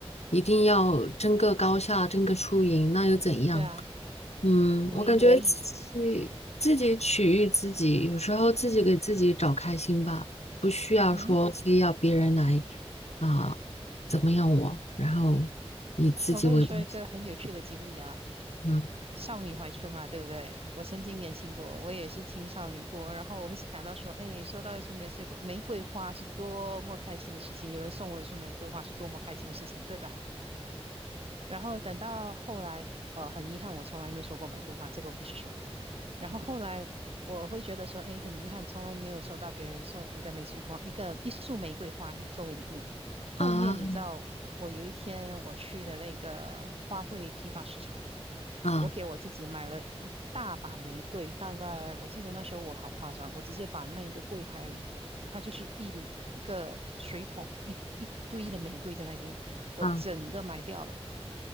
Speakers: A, on the left; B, on the right.
A: 一定要争个高下，争个输赢，那又怎样？
B: 对啊，
A: 嗯，
B: 没没意思。
A: 我感觉对自己自己取悦自己，有时候自己给自己找开心吧，不需要说非要别人来
B: 嗯哼，
A: 啊、怎么样我，然后以自己为中心。
B: 我跟你说一个很有趣的经历啊，
A: 嗯
B: 少女怀春嘛，对不对？我曾经年轻过，我也是青少女过，然后我会想到说，哎，收到一束玫瑰玫瑰花是多么开心的事情，有人送我一束玫瑰花是多么开心的事情，对吧？然后等到后来，呃，很遗憾，我从来没有说过玫瑰花，这个我必须说。然后后来我会觉得说，哎，很遗憾，从来没有收到别人送一个玫瑰花，一个一束玫瑰花作为礼物。后面你知道，
A: 啊
B: 我有一天我去的那个花卉批发市场，
A: 啊
B: 我给我自己买了一大把玫瑰，大概我记得那时候我好夸张，我直接把那个柜台，它就是一一个水桶，一一堆的玫瑰在那边，我整个买掉了。
A: 啊！